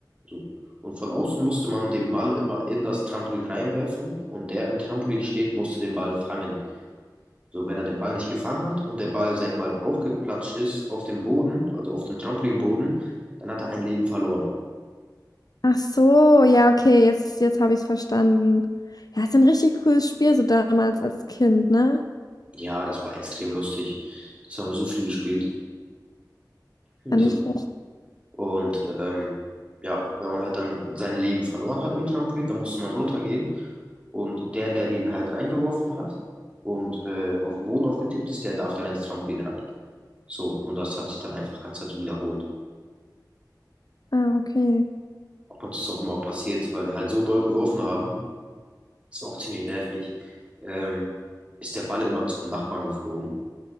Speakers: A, on the right; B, on the left.
A: So. Und von außen musste man den Ball immer in das Trampolin reinwerfen und der im Trampolin steht, musste den Ball fangen. So, wenn er den Ball nicht gefangen hat und der Ball, sag ich mal, aufgeplatscht ist auf dem Boden, also auf dem Trampolinboden, dann hat er ein Leben verloren.
B: Ach so, ja, okay, jetzt, jetzt habe ich es verstanden. Ja, ist ein richtig cooles Spiel, so damals als Kind, ne?
A: Ja, das war extrem lustig. Das haben wir so viel gespielt. Das
B: War nicht schlecht.
A: Und ähm, ja, wenn man halt dann sein Leben verloren hat im Trampolin, dann musste man runtergehen. Und der, der den halt reingeworfen hat und äh, auf den Boden aufgetippt ist, der darf dann ins Trampolin rein. So, und das hat sich dann einfach ganz dazu wiederholt.
B: Ah, okay.
A: Ab und zu ist auch immer passiert, weil wir halt so doll geworfen haben, das war auch ziemlich nervig, ähm, ist der Ball immer zum Nachbarn geflogen,